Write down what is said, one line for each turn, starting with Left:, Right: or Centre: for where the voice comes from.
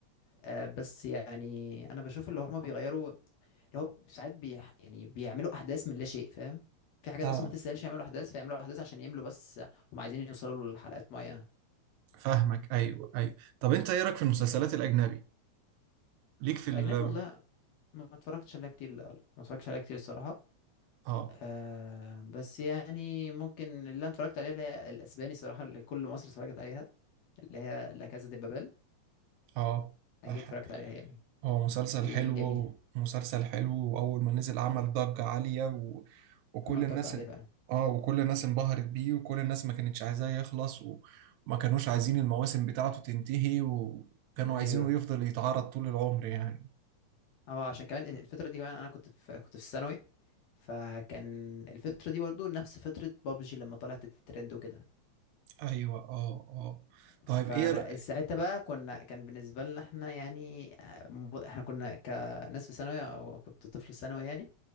Left: آه بس يعني انا بشوف اللي هما بيغيروا اللي هو ساعات بي يعني بيعملوا احداث من لا شيء فاهم في حاجات
Right: آه.
Left: اصلا ما تستاهلش يعملوا احداث فيعملوا احداث عشان يملوا بس هم عايزين يوصلوا لحلقات معينه
Right: فاهمك ايوه ايوه طب انت ايه رايك في المسلسلات الاجنبي ليك في ال
Left: الاجنبي والله ما اتفرجتش عليها كتير لا لا ما اتفرجتش عليها كتير الصراحة
Right: اه
Left: آه بس يعني ممكن اللي انا اتفرجت عليها اللي هي الاسباني صراحة اللي كل مصر اتفرجت عليها اللي هي لا كازا دي بابل
Right: اه ده
Left: هي اتفرجت عليها يعني
Right: هو مسلسل
Left: دي
Right: حلو
Left: جميلة
Right: مسلسل حلو واول ما نزل عمل
Left: ايوه
Right: ضجة عالية و... وكل
Left: عمل
Right: الناس
Left: ضجة عليها فعلا
Right: اه وكل الناس انبهرت بيه وكل الناس ما كانتش
Left: مم.
Right: عايزاه يخلص و- وما كانوش عايزين المواسم بتاعته تنتهي وكانوا
Left: ايوه
Right: عايزينه يفضل يتعرض طول العمر يعني
Left: اه عشان كمان الفترة دي كمان انا كنت في كنت في الثانوي فكان الفترة دي برضو نفس فترة بابجي لما طلعت الترند وكده
Right: ايوه اه اه طيب
Left: فساعتها
Right: ايه ر-
Left: بقى كنا كان بالنسبة لنا احنا يعني آه، م- احنا كنا كناس في ثانوي او كنت طفل في ثانوي يعني